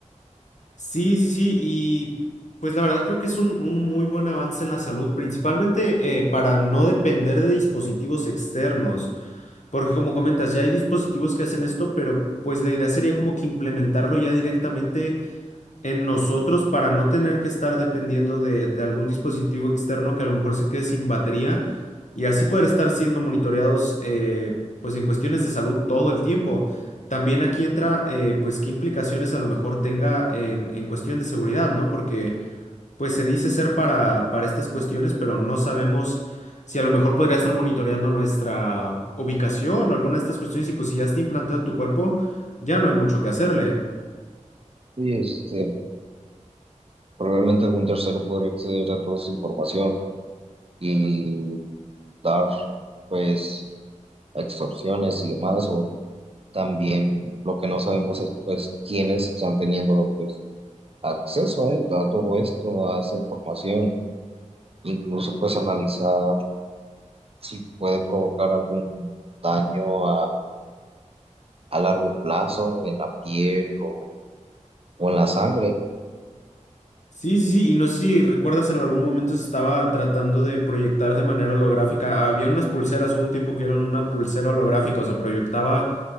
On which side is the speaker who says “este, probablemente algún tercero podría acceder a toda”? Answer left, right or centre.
Right